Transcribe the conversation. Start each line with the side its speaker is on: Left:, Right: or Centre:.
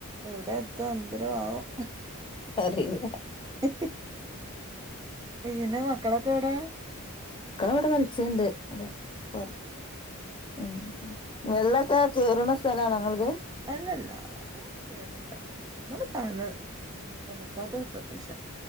Right: എവിടെ എത്തും അന്തരമാവും
Left: അറിയൂല
Right: എ ഈന്നെ മക്കളൊക്കെ എവിടെ
Left: മക്കളവിടെ കളിച്ചീണ്ട് ഇങ്ങനെ വർ ഉം വെള്ളൊക്കെ കേറ്ണ സ്ഥലാണോ നിങ്ങളെദ്?
Right: അല്ലല്ല അല്ല കേയറൂല്ല നമ്മള് കാണുന്നത് ഇങ്ങനെ വെള്ളം നിക്കാത്ത പ്രദേശം